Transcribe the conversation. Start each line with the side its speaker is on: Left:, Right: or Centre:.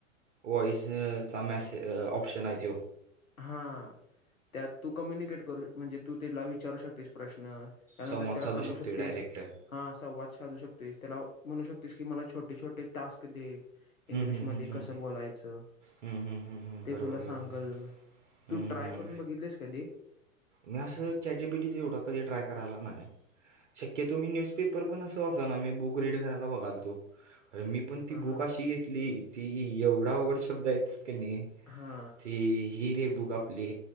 Right: व्हॉइस चा मेसे ऑप्शन आहे त्यो.
Left: हां. त्यात तू कम्युनिकेट करू- म्हणजे तू ते लाईव्ह विचारू शकतेस प्रश्न. त्यानंतर
Right: संवाद
Left: त्याला
Right: साधू
Left: सांगू
Right: शकतो
Left: शकतेस
Right: डायरेक्ट हम्म,
Left: - हां. संवाद साधू शकतेस. त्याला म्हणू शकतेस की मला छोटे छोटे टास्क दे. इंग्लिशमधे
Right: हम्म, हम्म, हम्म.
Left: कसं बोलायचं?
Right: हम्म, हम्म, हम्म, हम्म.
Left: ते
Right: बरोबर
Left: तुला सांगल.
Right: बरोबर
Left: तू
Right: हम्म,
Left: ट्राय
Right: हम्म.
Left: करून बघितलेस कधी?
Right: मी असं चॅट जि पि टीच एवढं कधी ट्राय करायला नाही. शक्यतो मी न्यूजपेपर पण असं वाच ना. मी बुक रीड करायला बघायलतो. अरे मी- पण ती
Left: हा
Right: बुक
Left: हा
Right: अशी घेतली. ती एवढा अवघड शब्द आहेत क नाही.
Left: हा
Right: ती ही रे बुक आपली